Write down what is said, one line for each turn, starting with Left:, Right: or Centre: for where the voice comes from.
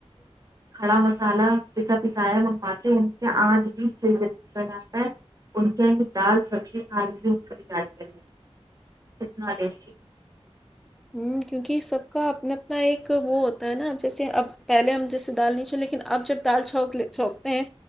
Right: کھڑا مسالہ پسا پسایا منگواتے ہے ان کے آج بھی سے انسٹاگرام پے ان کے ان دال سبزی کھانے کیلئے جاتے ہیں اتنا ٹیسٹی
Centre: ھمم کیونکی سب کا اپنا اپنا ایک وہ ہوتا ہے نا اب جیسے اب پہلے ہم جیسے دال نہیں چلے لیکن اب جب دال چھونک چھونکتے ہیں